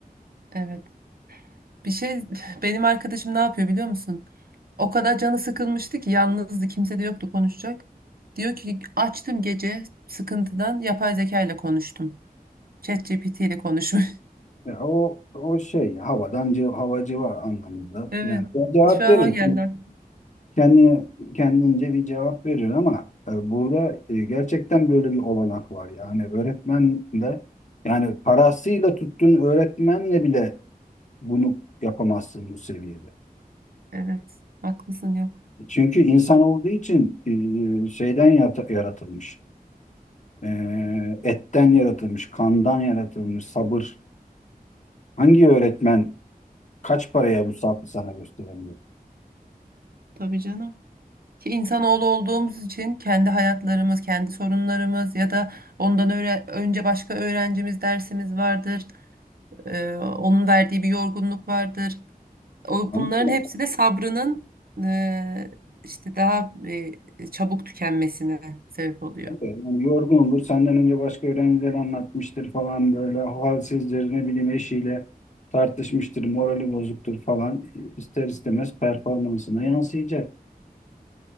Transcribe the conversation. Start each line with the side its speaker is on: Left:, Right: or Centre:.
Right: Evet. Bir şey <laughs> benim arkadaşım ne yapıyor biliyor musun? O kadar canı sıkılmıştı ki yalnızdı kimse de yoktu konuşacak. Diyor ki açtım gece sıkıntıdan yapay zeka ile konuştum. ChatGPT ile konuşmuş. <laughs>
Left: Ya o o şey havadan civ, havacı var anlamında.
Right: Evet.
Left: Yani ben cevap
Right: Şu an
Left: verir.
Right: o geldi. aklıma.
Left: Kendi kendince bir cevap verir ama e, burada e, gerçekten böyle bir olanak var. Yani öğretmenle yani parasıyla tuttuğun öğretmenle bile bunu yapamazsın bu seviyede.
Right: Evet. Haklısın yok.
Left: Çünkü insan olduğu için e, şeyden yata- yaratılmış. E, etten yaratılmış, kandan yaratılmış, sabır. Hangi öğretmen kaç paraya bu sabrı sana gösterebilir?
Right: Tabii canım. Ki insanoğlu olduğumuz için kendi hayatlarımız, kendi sorunlarımız ya da ondan öğre- önce başka öğrencimiz dersimiz vardır. Ee, onun verdiği bir yorgunluk vardır. O,
Left: Anladın
Right: bunların
Left: mı?
Right: hepsi de sabrının e, işte daha e, çabuk tükenmesine sebep oluyor.
Left: Yani yorgun olur, senden önce başka öğrenciler anlatmıştır falan böyle halsizdir, ne bileyim eşiyle tartışmıştır, morali bozuktur falan. İster istemez performansına yansıyacak.